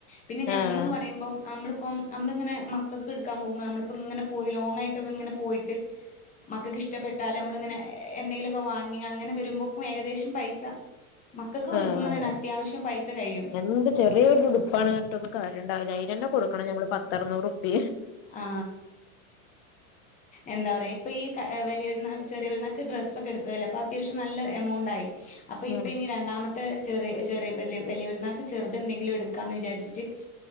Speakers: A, on the left (about 15°); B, on the left (about 40°).
A: പിന്നെ ഞങ്ങളന്ന്
B: ആഹ്
A: പറയുമ്പോം നമ്മള് ഇപ്പം നമ്മളിങ്ങനെ മക്കൾക്ക് എടുക്കാൻ പോകുമ്പോൾ നമ്മളിപ്പോം ഇങ്ങനെ പോയി ലോങ് ആയിട്ടൊക്കെ ഇങ്ങനെ പോയിട്ട് മക്കൾക്ക് ഇഷ്ടപ്പെട്ടാൽ നമ്മളിങ്ങനെ എന്തെങ്കിലുമൊക്കെ വാങ്ങി അങ്ങനെ വരുമ്പോക്കും ഏകദേശം പൈസ മക്കൾക്ക്
B: ആ ആ
A: എടുക്കുമ്പോ തന്നെ അത്യാവശ്യം പൈസ കഴിയും
B: എന്ത് ചെറിയൊരു ഉടുപ്പാണ് എന്നിട്ടൊന്ന കാര്യംണ്ടാവില്ലയിരന്നെ കൊടുക്കണം ഞമ്മൾ പ അറുനൂറുപ്പി
A: ആ എന്താ പറയാ ഇപ്പൊ ഈ വലിയൊരു ചെറിയപെരുന്നാൾക്കു ഡ്രസ്സൊക്കെ എടുത്തല്ല അപ്പോ അത്യാവശ്യം നല്ല എമൗണ്ടായി അപ്പൊ
B: ഉം
A: ഇപ്പ ഇനി രണ്ടാമത്തെ ചെറിയ ചെറിയ വലിയ വലിയ പെരുന്നൾക്ക് ചെറുത് എന്തെങ്കിലും എടുക്കാന്ന് വിചാരിച്ചിട്ട്